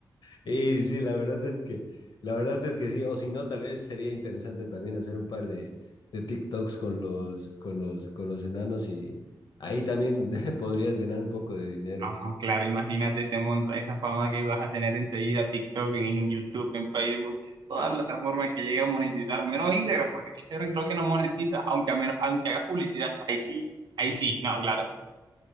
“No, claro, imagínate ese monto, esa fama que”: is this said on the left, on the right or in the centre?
Right